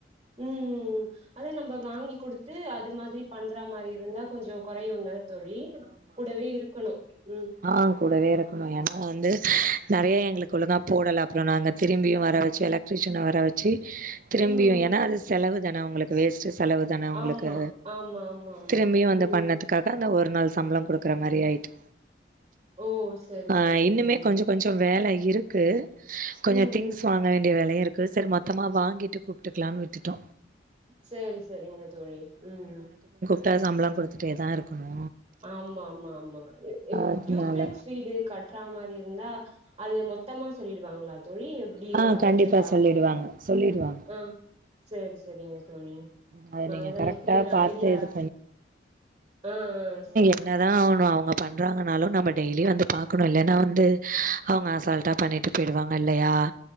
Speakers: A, on the right (about 25°); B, on the right (about 45°).
A: உம்ம் அத நம்ம வாங்கி கொடுத்து அது மாதிரி பண்ற மாரி இருந்தா கொஞ்சோ குறையுதான தோழி கூடவே இருக்கணு உம்
B: ஆஹ் கூடவே இருக்கணு ஏனா வந்து நெறைய எங்களுக்குள்ளதா போடல அப்புறம் நாங்க திரும்பியும் வர வெச்சு எலக் ட்ரிசியன் வர வெச்சு திரும்பியும்
A: ம் ம்
B: ஏனா அது செலவு தான அவங்களுக்கு வேஸ்ட் செலவு தான அவங்களுக்கு
A: ஆமா ஆமா ஆமா ஆமா
B: திரும்பியும் வந்து
A: ம்
B: பண்ணதுக் காக ஒரு நாள் சம்பளம் கொடுக்கற மாரி ஆயிட்டு
A: ஓ சரி
B: ஆஹ்
A: சரிங்க
B: இன்னுமே
A: தோழி
B: கொஞ்சம் கொஞ்சம் வேலை இருக்கு கொஞ்சோ
A: ம்
B: திங்ஸ்
A: ம்
B: வாங்க வேண்டிய வேலையும் இருக் கு சரி மொத்தமா வாங்கிட்டு கூப்பிட்டுக்கலாம்னு விட்டுட்டோ
A: சரி சரிங்க தோழி உம் ம்
B: விட்டா சம்பளம் கொடுத்துட்டே தா இருக்கணு
A: ஆமா ஆமா ஆமா
B: அதனால
A: டுயூப்ளெக்ஸ் வீடு கட்ற மாரி இருந்தா அது மொத்தமா சொல்லிடுவாங்ளா தோழி எப்டி
B: ஆ கண்டிப்பா
A: பட்ஜெட் ஆகும்
B: சொல்லிடுவாங்க சொல்லிடுவாங்க.
A: ஆஹ் சேரி செரிங்க தோழி
B: அத நீங்க
A: அதுதா
B: கரெக்டா
A: எப்டி ஒரு
B: பாத்து
A: ஐடியா
B: இது
A: அஹ்ஆன்
B: என்னதா அவுரு அவங்க பண்றாங்கன்னாலு நம்ம டெய்லி வந்து பாக்கணும் இல்லைன்னா வந்து அவங்க அசால்டா பண்ணிட்டு போயிடுவாங்க இல்லையா